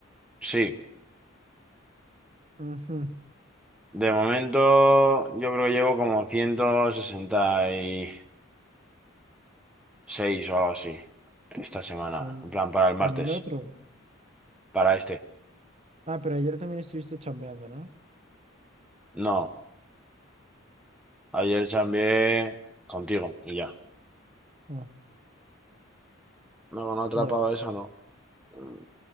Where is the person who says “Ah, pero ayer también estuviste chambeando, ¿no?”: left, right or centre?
Right